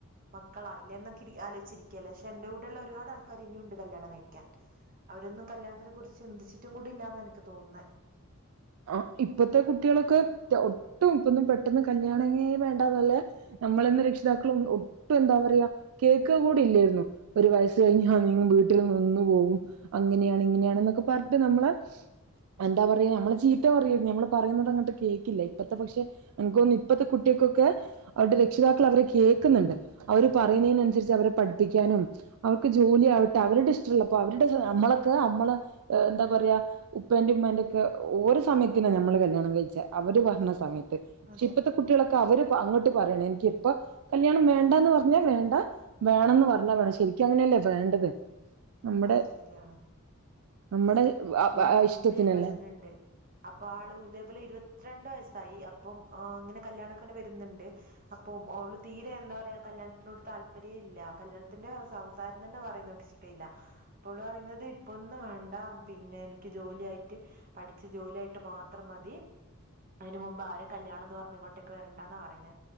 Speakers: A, on the right; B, on the right.
A: മക്കളായില്ലെ എന്നൊക്കെ ഇരി ആലോയിച്ചിരിക്കയല്ലേ പക്ഷെ എന്റെ കൂട്ടുള്ള ഒരുപാട് ആൾക്കാര് ഇനിയുണ്ട് കല്യാണം കഴിക്കാൻ അവരൊന്നും കല്യാണത്തിനെ കുറിച്ച് ചിന്തിച്ചിട്ട് കൂടി ഇല്ലാന്ന എനിക്ക് തോന്നുന്നെ
B: ആഹ് ഇപ്പത്തെ കുട്ടികളൊക്ക ഒട്ടും ഇപ്പൊന്നും പെട്ടെന്ന് കല്യാണങ്ങെ വേണ്ടാന്ന്ള്ളെ നമ്മളെന്നും രക്ഷിതാക്കളും ഒട്ടും എന്താ പറയാ കേക്ക്ക കൂടി ഇല്ലേരുന്നു ഒരു വയസ്സ് കഴിഞ്ഞാ നീങ്ങും
A: അതെ
B: വീട്ടില് നിന്നു പോകും അങ്ങനെയാണ് ഇങ്ങനെയാണ്ന്നൊക്കെ പറ്ട്ട് നമ്മളെ എന്താ പറയ നമ്മള് ചെ ചീത്ത പറയും ഞമ്മള് പറയുന്നത് അങ്ങട്ട് കേക്കില്ല ഇപ്പത്തെ പക്ഷെ എന്ക്ക്തോന്ന് ഇപ്പത്തെ കുട്ട്യേക്കൊക്കെ അവര്ടെ രക്ഷിതാക്കൾ അവരെ കേക്ക്ന്ന്ണ്ട് അവര് പറയുന്നെനനുസരിച്ച് അവരെ പഠിപ്പിക്കാനും അവർക്ക് ജോലി ആവട്ടെ അവരുടെ ഇഷ്ടൊള്ളപ്പൊ അവരുടെ സ അമ്മളൊക്ക അമ്മള് എന്താ പറയാ ഉപ്പന്റിം ഉമ്മാന്റൊക്കെ ഓര് സമയത്തിന ഞമ്മള് കല്യാണം കഴിച്ച അവര് പറഞ്ഞ സമയത്ത് പക്ഷെ
A: അതെ
B: ഇപ്പത്ത കുട്ട്യളൊക്ക അവര് പ അങ്ങട്ട് പറയണം എനിക്ക് ഇപ്പ കല്യാണം വേണ്ടാന്ന് പറഞ്ഞാ വേണ്ട വേണന്ന് പറഞ്ഞാ വേണം ശരിക്കു അങ്ങനെയല്ലെ വേണ്ടത് നമ്മുടെ
A: അതെ ശരിയാണ്
B: നമ്മുടെ
A: ഞാന്
B: ഇഷ്ടത്തിനല്ലേ
A: എന്റെ കസിന്ണ്ട് അപ്പ ആളു ഇതേപോലെ ഇരുപത്തിരണ്ട് വയസ്സായി അപ്പം ആഹ് ഇങ്ങനെ കല്യാണക്കനെ വര്ന്ന്ണ്ട് അപ്പൊ ഓള് തീരെ എന്താ പറയാ കല്യാണത്തിനോട് താല്പര്യേല്ല കല്യാണത്തിന്റെ സംസാരം തന്നെ പറയുന്നത് ഇഷ് ഷ്ട ഇല്ല അപ്പ ഓള് പറയുന്നത് ഇപ്പൊന്നും വേണ്ട പിന്നെ എനിക്ക് ജോലിയായിട്ട് പഠിച്ച് ജോലിയായിട്ട് മാത്രം മതി അയിന് മുമ്പ് ആരും കല്യാണംന്ന് പറഞ്ഞ് ഇങ്ങോട്ടെക്ക് വരെണ്ടാന്നാ പറയ്ന്നെ